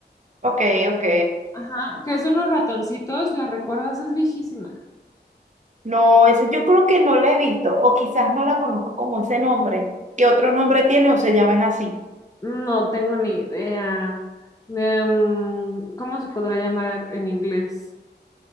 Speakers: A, on the right; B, on the left.
A: ok, ok.
B: ajá, que es de unos ratoncitos, ¿la recuerdas? Es viejísima.
A: No, ese yo creo que no la he visto o quizás no la conozco como ese nombre. ¿Qué otro nombre tiene o se llama es así?
B: No tengo ni idea. Em, ¿cómo se podrá llamar en inglés?